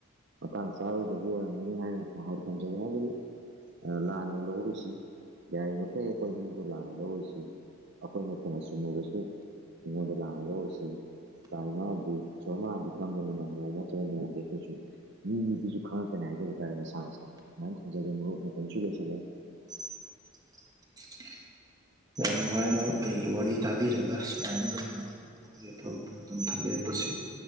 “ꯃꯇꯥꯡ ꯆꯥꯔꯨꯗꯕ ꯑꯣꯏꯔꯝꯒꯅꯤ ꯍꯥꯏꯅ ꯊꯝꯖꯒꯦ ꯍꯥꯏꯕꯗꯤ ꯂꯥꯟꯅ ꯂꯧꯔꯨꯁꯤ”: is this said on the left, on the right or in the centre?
Right